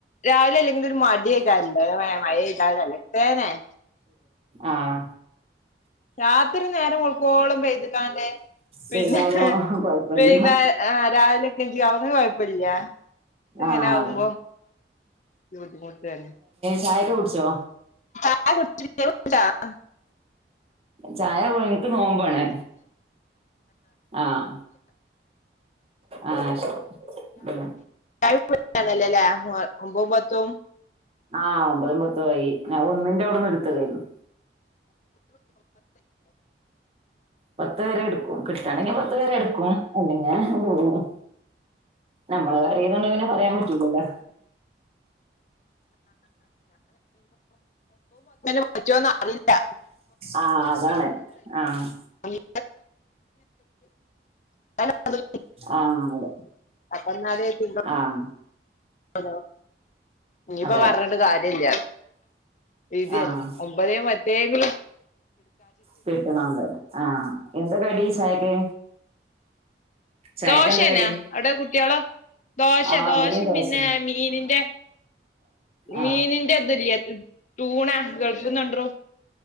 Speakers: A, on the left; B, on the right.
A: രാവിലെ അല്ലെങ്കില ഒരു മടി <unintelligible> <unintelligible>
B: ആഹ.
A: രാത്രി നേരം വെളുക്കോളും പൈതികാണ്ട് പിന്നെ
B: ചെയ്താലും കൊഴപ്പല്ല
A: പിന്നെ രാവിലെ <unintelligible> കൊഴപ്പല്ല്യ. എങ്ങനെ
B: ആഹ്
A: ആകുമ്പോ
B: അതെ
A: <unintelligible>
B: ചായ <unintelligible> കുടിച്ചോ
A: <unintelligible>
B: ചായ എനിക്ക് നോമ്പോണ്. ആഹ. ആഹ് ശ ആഹ്
A: <unintelligible> ഒമ്പതും പത്തും
B: ആഹ് ഒമ്പതും പത്തും ആയി ഒന്നിന്റെ അവിടെന്ന് എടുത്തതായിരുന്നു പത്ത് പേരെ എടുക്കും കിട്ടണെങ്കി പത്തു പേരെ എടുക്കും അല്ലെങ്കിൽ പോകും നമ്മളെ കാര്യം ആയോണ്ട് പിന്നെ പറയാൻ പറ്റൂലല്ലോ
A: കൊച്ച് വന്നോ അറിയില്ല
B: ആഹ് അതാണ് ആഹ്
A: <inaudible> <inaudible> അത്
B: ആഹ് അതെ
A: എന്നാല് പി
B: ആഹ്
A: ഹലോ ഇനിയിപ്പൊ
B: അതെ
A: പറഞ്ഞിട്ട് കാര്യം ഇല്ല വിധിയല്ലെ
B: ആഹ്
A: ഒമ്പതേ പറ്റൂ തേങ്ങുല
B: കിട്ടണം അത് ആഹ് എന്താ കടി ചായക്ക് ചായക്കെന്താ
A: ദോശേനെ
B: കടി?
A: അവിടെ കുട്ടിയള് ദോശ
B: ആ
A: ദോശയും
B: ഇവടിം ദോശന്നെ
A: പിന്നെ മീനിന്റെ മീനിന്റെ
B: ആഹ്
A: ഇതുല്ലേ ഉം ടൂണാ ഗൾഫ്ന്ന്ണ്ടറോ